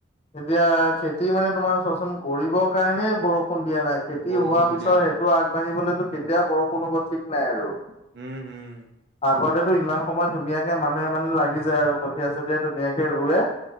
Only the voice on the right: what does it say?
বৰষুণটো
দিয়া নাই
উম হম